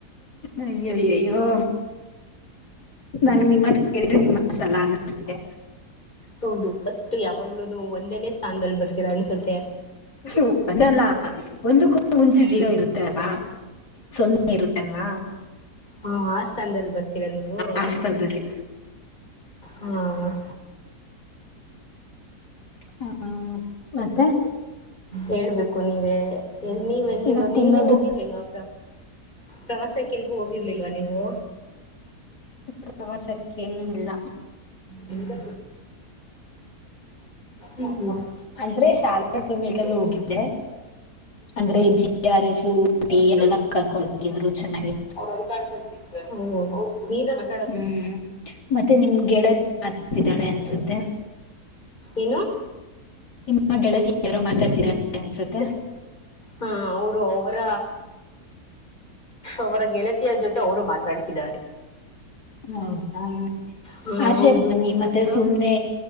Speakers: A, on the left (about 85°); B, on the left (about 30°).
A: ಅಯ್ಯಯ್ಯ ಅಯ್ಯೋ. ನಂ ನಿಮ್ಮ ಮಾತ್ ಕೇಳಿದ್ರೆ ನಿಮ್ಮ ಸಲ ಅನ್ನಿಸ್ತಿದೆ.
B: ಹೌದು ಫಸ್ಟ್ ಯಾವಾಗ್ಲೂನು ಒಂದೇನೇ ಸ್ಥಾನದಲ್ಲಿ ಬರ್ತೀರಾ ಅನ್ಸುತ್ತೆ.
A: ಒ ಅಲ್ಲಾಲ್ಲ ಒಂದಕ್ಕೂ ಮುಂಚೆ ಜೀರೊ ಇರುತ್ತೆ ಅಲ್ವ. <inaudible>
B: ಹಾ ಆ ಸ್ಥಾನದಲ್ಲಿ ಬರ್ತೀರಾ ನೀವು.
A: ಆ ಸ್ಥಳದಲ್ಲಿ
B: ಹಾ-
A: ಹ್ಮ ಮತ್ತೆ.
B: ಹೇಳ್ಬೇಕು ನೀವೇ ಎ ನೀವ್ ಎಲ್ಲಿರೋ
A: ಇವಾಗ
B: ನೀವ
A: ತಿನ್ನೋದಕ್
B: ನೀವ ಹೋಗಿರ್ರಲ್ವಾ. ಪ್ರವಾಸಕ್ಕೆಲ್ಗೂ ಹೋಗಿರ್ಲಿಲ್ವಾ ನೀವು.
A: ಪ್ರವಾಸಕ್ಕೆ ಇನ್ನು ಇಲ್ಲ.
B: ಹ್ಮ ಹ್ಮ್-
A: ಅಂದ್ರೆ ಶಾಲಾ ಸಮಯದಲ್ಲಿ ಹೋಗಿದ್ದೆ ಅಂದ್ರೆ. ಕೆ ಆರ್ ಎಸು ಊಟಿ ಎಲ್ಲಲ್ಲೊ ಕರ್ಕೊಂಡು ಹೋಗಿದ್ರು ಚೆನ್ನಾಗಿ.
B: <inaudible>
A: ಹ್ಮ್ ಮತ್ತೆ ನಿಮ್ ಗೆಳೆತಿ ಮರತಿದ್ದಾಳೆ ಅನ್ಸುತ್ತೆ.
B: ಏನೊ.
A: ನಿಮ್ಮ ಗೆಳತಿ ಯಾರೋ ಮಾತಾಡ್ತಿದರೆ ಅನ್ಸುತ್ತೆ.
B: ಹಾ ಅವರು ಅವರ. ಅವರ ಗೆಳತಿಯ ಜೊತೆ ಅವರು ಮಾತಾಡ್ತಿದ್ದಾರೆ.
A: ಹೌದಾ
B: ಹಾ
A: ಆಚೆ
B: ಹೌದು.
A: ಬನ್ನಿ ಮತ್ತೆ ಸುಮ್ನೆ